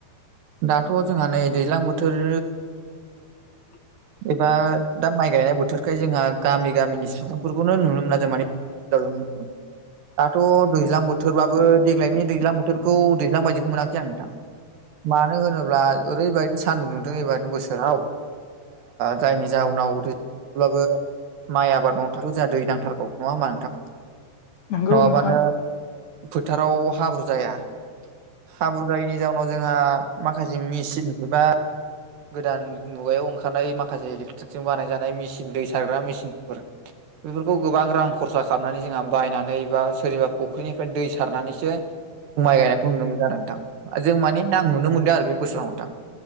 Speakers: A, on the right; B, on the left.
A: दाथ' जोंहा नै दैज्लां बोथोर
B: <inaudible>
A: एबा दा माइ गायनाय बोथोरखाय जोंहा गामि गामिनि सुबुंफोरखौनो नुनो मोना जों मानानि <unintelligible> दाथ' दैज्लां बोथोरबाबो देग्लायनि दैज्लां बोथोरखौ दैज्लां बायदिखौ मोनाखै आं नोंथां मानो होनोब्ला ओरैबायदि सान्दुं दुंदों एबारनो बोसोराव जायनि जाहोनाव थब्लाबो माइ आबाद मावथारगौ जोंहा दै नांथारगौ नङा होमा नोंथां
B: नंगौ
A: नङाबानो
B: नोंथां
A: फोथाराव हाब्रु जाया हाब्रु जायैनि जाउनाव जोंहा माखासे मेचिन एबा गोदान मुगायाव ओंखारनाय माखासे इलेकट्रिकजों बानायजानाय मेचिन दै सारग्रा मेसििनफोर बेफोरखौ गोबां रां खरसा खालामनानै जोंहा बायनानै बा सोरनिबा फुख्रिनिफ्राय दै सारनानैसो माइ गायनायखौ नुनो मोनदों आरो नोंथां जों माने आं नुनो मोनदों आरो बे बोसोराव नोंथां